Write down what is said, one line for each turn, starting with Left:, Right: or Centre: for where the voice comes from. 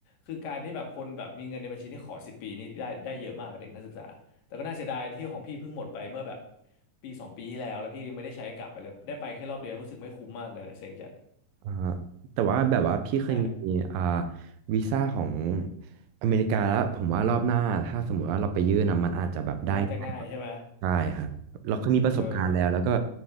Left: คือการที่แบบคนแบบมีเงินในบัญชีนี่ขอสิบปีนี่ได้ได้เยอะมากกับเด็กนักศึกษาแต่ก็น่าเสียดายที่ของพี่เพิ่งหมดไปเมื่อแบบปีสองปีที่แล้วแล้วพี่ยังไม่ได้ใช้กลับไปเลยได้ไปแค่รอบเดียวยังรู้สึกไม่คุ้มมากเลยเนะเซ็งจัด
Right: อ่าแต่ว่าแบบว่าพี่เคยมีอ่า
Left: ใช่
Right: วีซ่าของอเมริกาแล้วผมว่ารอบหน้าถ้าสมมติว่าเราไปยื่นนะมันอาจจะแบบได้ง่ายกว่า
Left: น่าจะง่ายใช่ไหม
Right: ใช่ครับเราเคยมีประสบการณ์แล้วแล้วก็
Left: เออ